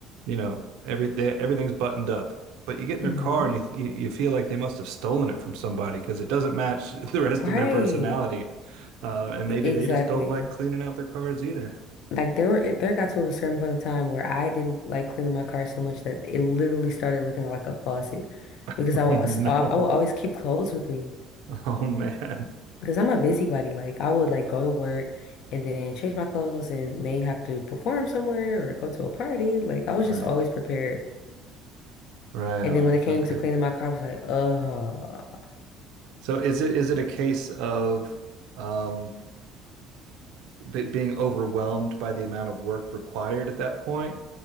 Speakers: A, on the right; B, on the left.
A: you know, every they, everything's buttoned up. But you get in their
B: hmm
A: car and you you, you feel like they must have stolen it from somebody because it doesn't match <laughs> the rest
B: Right.
A: of their personality. Uh, and maybe
B: E- Exactly.
A: they just don't like cleaning out their cars either.
B: Like there were there got to a certain point of time where I didn't like cleaning my car so much that it literally started looking like a closet
A: <laughs>
B: because I was
A: Oh no.
B: I I would always keep clothes with me
A: Oh man.
B: because I'm a busybody. Like I would like go to work and then change my clothes and may have to perform somewhere or go to a party. Like I was
A: Right.
B: just always prepared.
A: Right
B: And
A: on.
B: then when it came
A: Okay.
B: to cleaning my car, I was like, uh,
A: So is it is it a case of um be- being overwhelmed by the amount of work required at that point,